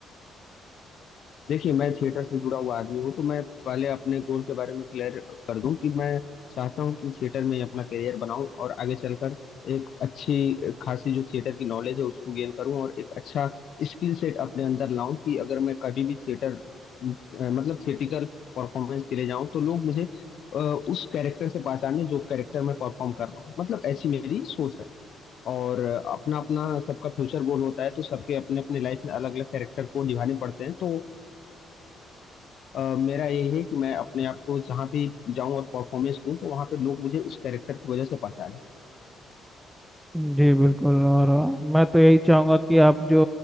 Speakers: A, on the left; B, in the centre.
A: देखिए मैं थिएटर से जुड़ा हुआ आदमी हूँ तो मैं पहले अपने गोल के बारे में क्लियर कर दूं कि मैं चाहता हूँ कि थिएटर में ही अपना करियर बनाऊं और आगे चलकर एक अच्छी खासी जो थिएटर की नॉलेज है उसको गेन करूं और एक अच्छा स्किल सेट अपने अंदर लाऊं कि अगर मैं कभी भी थिएटर अ, मतलब थिएटिकल परफॉर्मेंस के लिए जाऊं तो लोग मुझे अ, उस कैरेक्टर से पहचाने जो कैरेक्टर मैं परफॉर्म कर रहा हूँ मतलब ऐसी मेरी सोच है और अपना अपना सबका फ्यूचर गोल होता है तो सबके अपने अपने लाइफ में अलग अलग कैरेक्टर को निभाने पड़ते हैं तो अ, मेरा यही है कि मैं अपने आप को जहाँ भी जाऊँ और परफॉर्मेंस दूँ तो वहाँ पे लोग मुझे उस कैरेक्टर की वजह से पहचाने
B: जी बिल्कुल और अ, मैं तो यही चाहूंगा कि आप जो